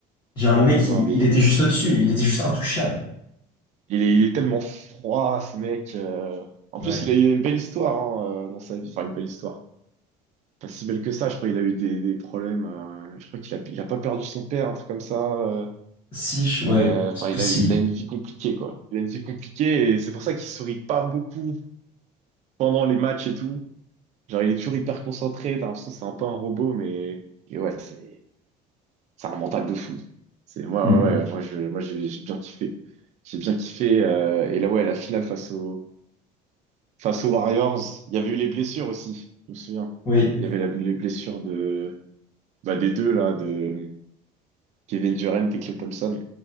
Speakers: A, on the left; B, on the right.
A: genre, le mec,
B: non, non,
A: il,
B: mais
A: il
B: il
A: était
B: est,
A: juste au-dessus. Il était juste intouchable.
B: il est, il est tellement froid, ce mec. euh. En
A: Ouais.
B: plus, il a, il a une belle histoire hein, euh, dans sa vie. Enfin, une belle histoire. pas si belle que ça. Je crois qu'il a eu des, des problèmes. euh, je crois qu'il a, il a pas perdu son père, un truc comme ça. euh,
A: Si, je- ouais,
B: euh, Enfin,
A: c'est possible.
B: il a eu, il a une vie compliquée, quoi. Il a une vie compliquée et c'est pour ça qu'il sourit pas beaucoup pendant les matchs et tout. Genre, il est toujours hyper concentré. T'as l'impression que c'est un peu un robot, mais et ouais, c'est, c'est un mental de fou. C'est moi,
A: Hmm.
B: ouais, ouais, moi, je, moi, j'ai j'ai bien kiffé. J'ai bien kiffé. euh, et là, ouais, la finale face aux, face aux Warriors. Il y avait eu les blessures aussi. Je me souviens.
A: Oui,
B: Il y avait la- les blessures de, bah, des deux là, de Kevin Durant et Klay Thompson.